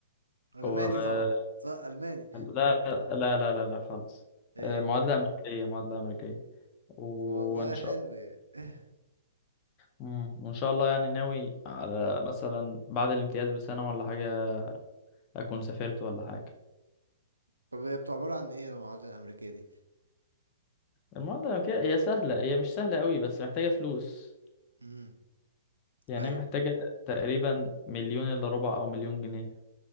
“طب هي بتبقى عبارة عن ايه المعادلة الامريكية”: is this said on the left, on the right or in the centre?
Right